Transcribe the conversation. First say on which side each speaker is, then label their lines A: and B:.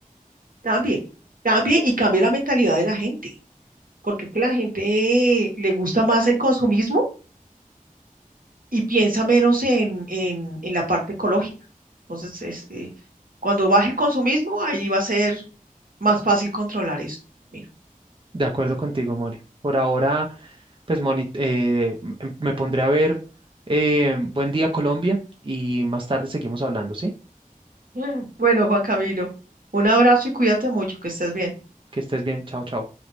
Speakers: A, on the right; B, on the right.
A: cambie, cambie y cambie la mentalidad de la gente, porque es que la gente le gusta más el consumismo y piensa menos en, en, en la parte ecológica. Entonces, es, eh, cuando baje el consumismo, ahí va a ser más fácil controlar eso. Mira.
B: De acuerdo contigo, Moni. Por ahora. pues moni- eh, m- me pondré a ver eh, Buen Día Colombia y más tarde seguimos hablando, ¿sí?
A: Mm. Bueno, Juan Camilo, un abrazo y cuídate mucho, que estés bien.
B: Que estés bien, chao, chao.